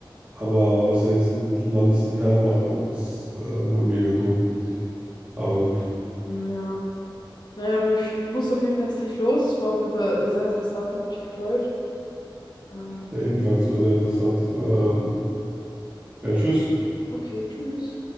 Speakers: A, on the right; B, on the left.
A: Aber was er jetzt in, landesintern macht, auch ist äh, wohl mega dumm. Aber gut.
B: Ja. Naja, du, ich muss auf jeden Fall jetzt gleich los. War auf jeden Fall sehr interessant, hat mich gefreut. Ähm,
A: Ja, ebenfalls war sehr interessant. Ähm, ja, tschüss.
B: okay, tschüss.